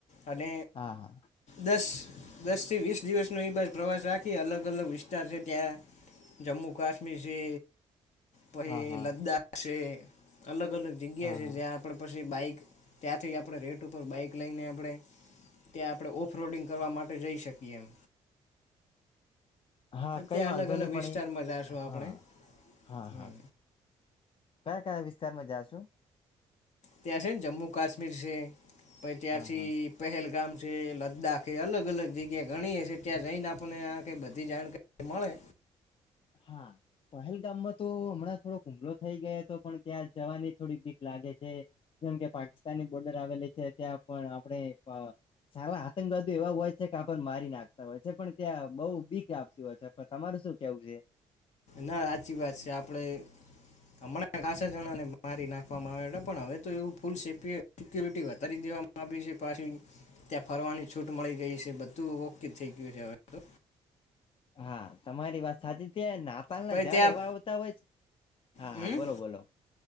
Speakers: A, on the left; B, on the left.
A: અને
B: હા હા
A: દસ દસ થી વીસ દિવસનો એ બાજ પ્રવાસ રાખી અલગ અલગ વિસ્તાર છે ત્યાં જમ્મુ કાશ્મીર છે. પહે
B: હા હા
A: લદ્દાખ છે અલગ અલગ જગ્યા
B: હા
A: છે
B: હા
A: જ્યાં આપણે પછી બાઈક ત્યાંથી આપણે રેટ ઉપર બાઈક લઈને આપણે ત્યાં આપણે ઓફરોડિંગ કરવા માટે જઈ શકીએ એમ
B: હા
A: ત્યાં
B: કઈ વાંધો
A: અલગ અલગ
B: નહી પણ
A: વિસ્તારમાં
B: એ
A: જાશુ આપણે
B: હા હા
A: હમ
B: હા કયા કયા વિસ્તારમાં જાશું.
A: ત્યાં છે ને જમ્મુ કાશ્મીર છે પ ત્યાંથી
B: હા હા
A: પહેલગામ છે લદ્દાખ છે અલગ અલગ જગ્યા ગણીએ છે ત્યાં જઈને આપણને આખ બધી જાણકારી મળે
B: હા પહેલ ગામમાં તો હમણાં થોડોક હુમલો થઈ ગયો હતો પણ ત્યાં જવાની થોડીક બિક લાગે છે. જેમ કે પાકિસ્તાની બોર્ડર આવેલી છે ત્યાં પણ આપણે પ સાવ આતંકવાદ એવા હોય છે કે આપને મારી નાખતા હોય છે પણ ત્યાં બઉુ બીક છે પણ તમારું શું કેવું છે.
A: ના હાચી વાત છે આપડે. હમણાં ખાસા જણા ને મારી નાખવામાં આવે હતા પણ હવે તો એવું ફૂલ સિપી અ સિક્યુરિટી વધારી દેવામાં આવી છે પાછિ. ત્યાં ફરવાની છૂટ મળી ગઈ છે બધું ઓકે થઈ ગયું છે હવે. તો
B: હા તમારી વાત સાચી છે નાતાલ
A: પછી
B: ના ઝાડ
A: ત્યાં
B: એવા આવતા હોય છે હા
A: હમ
B: હા બોલો બોલો.